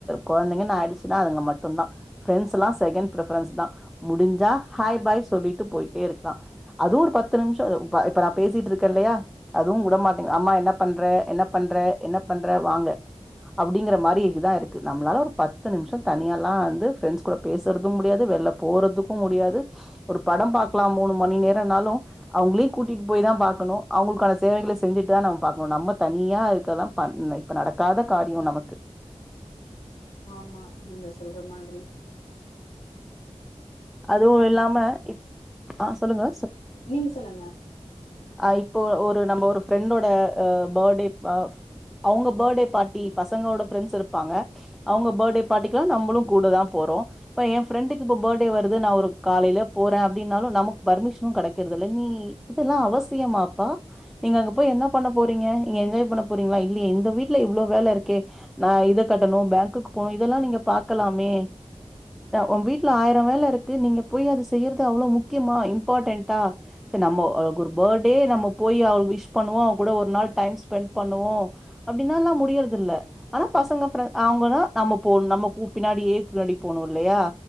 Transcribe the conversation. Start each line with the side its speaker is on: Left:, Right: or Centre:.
Centre: கொழந்தைங்கன் ஆயிடுச்சுன்னா அதுங்க மட்டும்தா ஃப்ரெண்ட்ஸ்ல்லா செகண்ட் பிரிஃபரன்ஸ் தா முடிஞ்சா ஹாய் பாய் சொல்லிட்டு போயிட்டே இருக்லா அதுவும் ஒரு பத்து நிம்ஷோ இப்ப இப்ப நா பேசிட்டு இருக்கே இல்லையா அதுவும் உடமாட்டேங் அம்மா என்ன பண்ற என்ன பண்ற என்ன பண்ற வாங்க அப்டிங்கிற மாரி இதுதா இருக்கு நம்மளால ஒரு பத்து நிம்ஷோ தனியால்லா வந்து ஃப்ரெண்ட்ஸ் கூட பேசுறதும் முடியாது வெள்ல போறதுக்கும் முடியாது ஒரு படம் பாக்கலாம் மூணு மணி நேரம்னாலும் அவுங்ளுயு கூட்டிட்டு போய்தா பாக்கணு அவுங்குள்க்கான சேவைகள செஞ்சுட்டு தா நம் பாக்கணு நம்ம தனியா அதுக்கெல்லா பண் இப்ப நடக்காத காரியோ நமக்கு
Left: ஆமா நீங்க சொல்ற மாதிரி
Centre: அதுவு இல்லாம இப் ஆ சொல்லுங்க
Left: நீங்க சொல்லுங்க
Centre: அ இப்போ ஒரு நம்போ ஒரு ஃப்ரெண்டோட அ பேர்த்டே அ அவுங்க பேர்த்டே பார்ட்டி பசங்களோட ஃப்ரெண்ட்ஸ் இருப்பாங்க அவுங்க பர்த்டே பார்ட்டிக்கும் நம்பளும் கூடதா போறோம் இப்ப என் ஃப்ரெண்டுக்கு இப்ப பர்த்டே வருது நா ஒரு காலையில போற அப்டின்னாலு நமக்கு பர்மிஷனும் கடைக்கறதில்ல நீ இதெல்லா அவசியமாப்பா நீங்க அங்க போய் என்ன பண்ண போறீங்க நீங்க என்ஜாய் பண்ண போறீங்ளா இல்லியே இந்த வீட்ல இவ்ளோ வேல இருக்கே நா இத கட்டணும் பேங்க்குக்கு போனும் இதெல்லா நீங்க பாக்கலாமே ஒ வீட்டுல ஆயிரோ வேல இருக்கு நீங்க போய் அது செய்யறது அவ்ளோ முக்கியமா இம்பாட்டென்டா செரி நம்ம அவளுக்கு ஒரு பர்டே நம்ம போய் அவளுக்கு விஷ் பண்ணுவோ அவங கூட ஒரு நாள் டைம் ஸ்பெண்ட் பண்ணுவோ அப்படின்னா ல்லாம் முடியறதுல்ல ஆனா பசங்க ஃப்ரெண் அவுங்கதா நம்ம போணும் நம்ம கூ பின்னாடி ஏ பின்னாடி போணும் இல்லையா